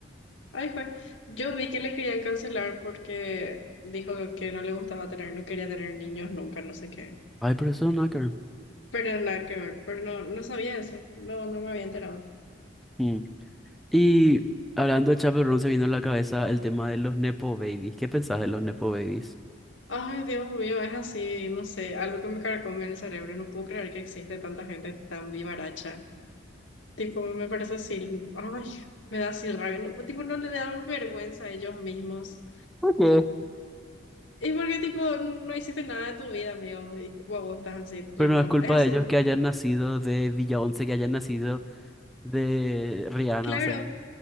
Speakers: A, on the left; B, in the centre.
A: Ay, jue. Yo vi que le querían cancelar porque dijo que no le gustaba tener, no quería tener niños nunca, no sé qué.
B: Ay, pero eso es un hacker.
A: Pero nada que ver, pero no, no sabía eso, no, no me había enterado.
B: Mm. Y hablando de Chappell Roan, se vino a la cabeza el tema de los Nepo Babies. ¿Qué pensás de los Nepo Babies?
A: Ay, Dios mío, es así, no sé, algo que me carcome en el cerebro. No puedo creer que existe tanta gente tan vivaracha. Tipo, me parece así, ay, me da así rabia. No, tipo, no le dan vergüenza a ellos mismos.
B: ¿Por qué?
A: Y porque, tipo, no hiciste nada de tu vida, amigo, y tipo, vos estás así triunfando.
B: Pero no es culpa
A: Es así,
B: de ellos que hayan nacido de Villa Once, que hayan nacido de Rihanna,
A: claro,
B: o sea.